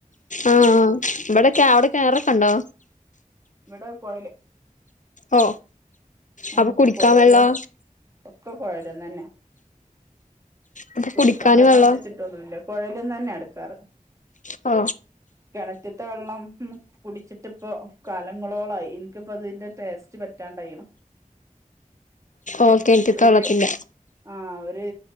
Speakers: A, on the left; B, on the right.
A: ആഹ ഇവിടെക്കെ അവിടെക്കെ കെണറൊക്കെ ഉണ്ടോ?
B: ഇവിടെ കുഴല്
A: ഓ
B: നമ്മുക്ക്
A: അപ്പൊ കുടിക്കാൻ
B: കുഴലോ
A: വെള്ളോ
B: ഒക്കെ കുഴല് തന്നാ.
A: അപ്പൊ
B: കുടിക്കാൻ
A: കുടിക്കാന്
B: വെള്ളംന്ന്
A: വെള്ളോ
B: വെച്ചിട്ടൊന്നുമില്ല. കുഴലിന് തന്നെ എടുക്കാറ്.
A: ഓ
B: കിണറ്റ്ത്തെ വെള്ളം ഉ കുടിച്ചിട്ടിപ്പോ കാലങ്ങളോളായി എനിക്കിപ്പോ അതിന്റെ ടേസ്റ്റ് പറ്റാണ്ടായിണ്.
A: ഓക്കെ <unintelligible>
B: ഒരു ആ ഒര്